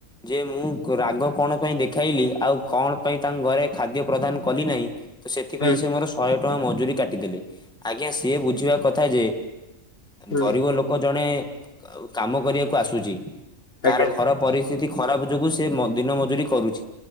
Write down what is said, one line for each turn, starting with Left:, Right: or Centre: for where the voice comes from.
Centre: ଯେ ମୁଁ ରାଗ କଣ ପାଇଁ ଦେଖାଇଲି, ଆଉ କଣ ପାଇଁ ତାଙ୍କ ଘରେ ଖାଦ୍ୟ ପ୍ରଦାନ କଲି ନାହିଁ। ତ ସେଥିପାଇଁ
Left: ହୁଁ
Centre: ସେ ମୋର ଶହେ ଟଙ୍କା ମଜୁୁରୀ କାଟିଦେଲେ, ଆଜ୍ଞା ସିଏ ବୁଝିବା କଥା ଯେ
Left: ହୁଁ
Centre: ଗରିବ ଲୋକ ଜଣେ କାମ କରିବାକୁ ଆସୁଛି, ତାର
Left: ଆଜ୍ଞା
Centre: ଘର ପରି ସ୍ଥିତି ଖରାପ ଯୋଗୁ ସେ ଦିନ ମଜୁରି କରୁଛି।